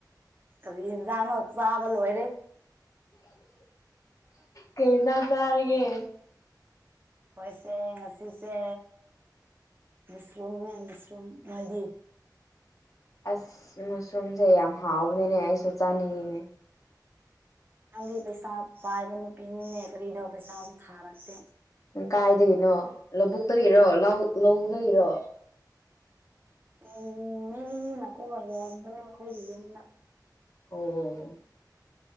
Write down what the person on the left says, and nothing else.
ꯀꯩ ꯇ ꯆꯔꯒꯦ
ꯑꯁ ꯃꯁꯨꯝꯁꯦ ꯌꯥꯝ ꯍꯥꯎꯕꯅꯤꯅꯦ ꯑꯩꯁꯨ ꯆꯥꯅꯤꯡꯉꯤꯅꯦ
ꯀꯥꯏꯗꯒꯤꯅꯣ ꯂꯧꯕꯨꯛꯇꯒꯤꯔꯣ ꯂꯧ ꯂꯧꯗꯒꯤꯔꯣ
ꯑꯣ